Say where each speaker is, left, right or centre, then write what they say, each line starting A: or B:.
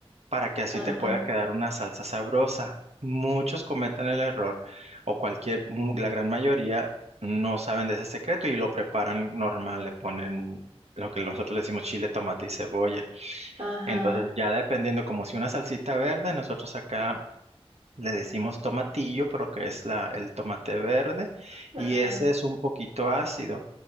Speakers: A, on the right; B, on the right.
A: para que así
B: ajá,
A: te pueda quedar una salsa sabrosa. Muchos cometen el error o cualquier, mu- la gran mayoría no saben de ese secreto y lo preparan normal, le ponen lo que nosotros le decimos chile, tomate y cebolla.
B: ajá,
A: Entonces, ya dependiendo, como si una salsita verde, nosotros acá le decimos tomatillo, pero que es la, el tomate verde, y
B: ajá.
A: ese es un poquito ácido.